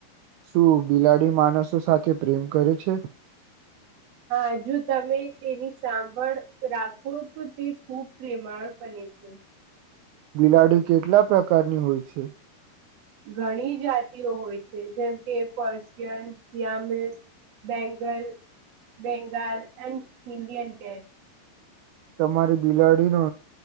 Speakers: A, on the right; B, on the right.
A: શું બિલાડી માણસો સાથે પ્રેમ કરે છે?
B: હા જો તમે તેની સાંભળ રાખો તો તે ખુબ પ્રેમાળ બને <inaudible>
A: બિલાડી કેટલા પ્રકારની હોય છે?
B: ઘણી જાતિઓ હોય છે જેમ કે Persian Siamese Bengal Bengal and Indian કે
A: તમારી બિલાડીનો